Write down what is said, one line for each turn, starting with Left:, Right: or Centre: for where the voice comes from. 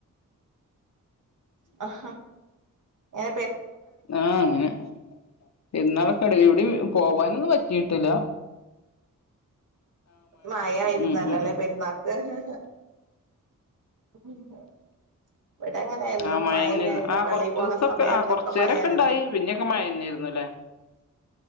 Right: ആഹാ എ
Left: ആഹ് അങ്ങനെ പിാളൊക്കട എവിടെ പോവാനൊന്ന പറ്റ കീട്ടില്ല
Right: മഴയായിരുന്നല്ലേ
Left: ഉം ഉം ഉം
Right: പെരുന്നാൾക്ക് ആ ഹ ആഹഹ ഇവിടെ അങ്ങനെയായിരുന്നു
Left: ആ മഴന്നേര്ന്നു
Right: മഴന്ന ആയിരുന്നു
Left: ആ
Right: പള്ളി
Left: കൊർച്ചൂസൊക്കെ
Right: പോണ സമയത്തൊക്കെ
Left: ആ കൊർച്ചേരൊക്കെ
Right: മയരുന്നു
Left: ഇണ്ടായി പിന്നെയൊക്കെ മഴന്നേര്ന്നുല്ലേ